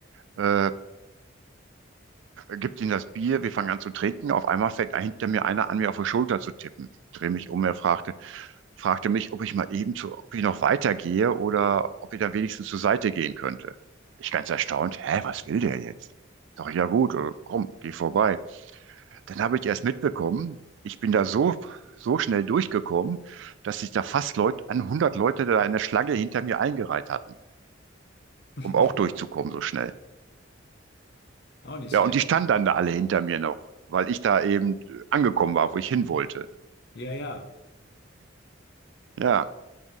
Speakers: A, on the right; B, on the left.
A: äh, gibt ihnen das Bier, wir fangen an zu trinken. Auf einmal fängt hinter mir einer an, mir auf die Schulter zu tippen. Ich Drehe mich um, er fragte, fragte mich, ob ich mal eben zu, ob ich noch weitergehe oder ob ich da wenigstens zur Seite gehen könnte. Ich ganz erstaunt, hä, was will der jetzt? Sag ich, ja gut, äh, komm, geh vorbei. Dann habe ich erst mitbekommen, ich bin da so, so schnell durchgekommen, dass sich da fast Leute, an 100 Leute da in der Schlange hinter mir eingereiht hatten,
B: <laughs>
A: um auch durchzukommen so schnell.
B: Auch nicht
A: Ja,
B: schlecht.
A: und die standen dann da alle hinter mir noch, weil ich da eben angekommen war, wo ich hin wollte.
B: Ja, ja.
A: Ja,